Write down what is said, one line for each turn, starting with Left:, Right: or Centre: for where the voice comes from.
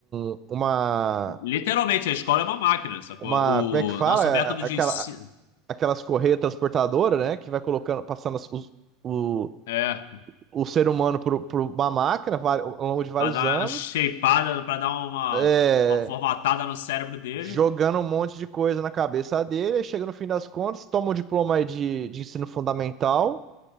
Right: um- uma,
Left: literalmente a escola é uma máquina, sacou?
Right: uma, como é que fala?
Left: O nosso
Right: A-
Left: método de
Right: Aquela,
Left: ensino
Right: aquelas correias transportadoras, né? Que vai colocando, passando as- os- o,
Left: é
Right: o ser humano por, por uma máquina vari- ao longo de vários
Left: para dar
Right: anos,
Left: uma shapeada, para dar uma,
Right: é,
Left: uma formatada no cérebro dele,
Right: jogando um monte de coisa na cabeça dele. Aí chega no fim das contas, toma o diploma aí de, de ensino fundamental.